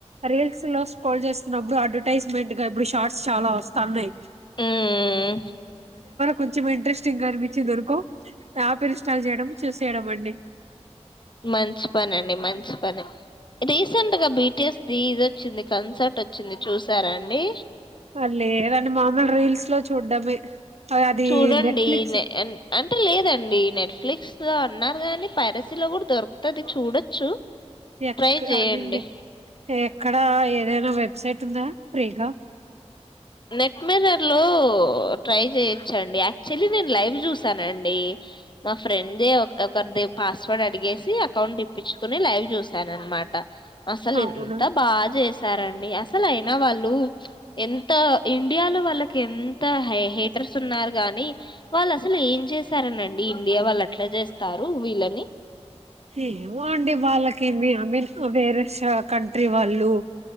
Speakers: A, on the right; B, on the left.
A: రీల్స్ లో పోల్ చేస్తున్నప్పుడు అడ్వర్టైజ్మెంట్ గా ఇప్పుడు షార్ట్స్ చాలా వస్తున్నాయి
B: ఉమ్
A: కొంచెం ఇంట్రెస్టింగ్ గా అనిపించి ధనుకో యాప్ ఇన్స్టాల్ చేయడం చూస్ చేయడం అండి
B: మంచి పానన్ పని రీసెంట్ గా బిటిఎస్ ది ఇది వచ్చింది కన్సర్ట్ వచ్చింది చూసారా అండి
A: అ లేదండి మామూలుగా రీల్స్ లో చూడ్డమే అది
B: చూడండి
A: నెట్ఫ్లిక్స్
B: నే అంటే లేదండి నెట్ఫ్లిక్స్ గా అన్నారు గాని పరిసీలో కూడా దొరుకుతుది చూడొచ్చు
A: ఎక్క
B: ట్రై చేయండి
A: ఆ మీంద ఎక్క అక్కడ ఏదైనా వెబ్సైట్ ఉందా ఫ్రీగా
B: నెట్ మరర్ లో ట్రై చేయొచ్చండి యాక్చువల్లీ నేను లైవ్ చూసానండి మా ఫ్రెండ్దే ఒక ఒకరి ది పాస్వర్డ్ అడిగేసి అకౌంట్ ఇప్పించుకుని లైవ్ చూశాను అనమాట అసలు
A: అవునా
B: ఎంత బాగా చేసారండి అసలు అయినా వాళ్ళు ఎంత ఇండియాలో వాళ్ళకి ఎంత హ హెటర్స్ ఉన్నారు గాని వాళ్ళు అసలు ఏం చేశారనండి ఇండియా వాళ్ళు అట్లా చేస్తారు వీళ్ళని
A: ఏమోండి వాళ్ళకి మీ అ మీన్ వేరేష కంట్రీ వాళ్ళు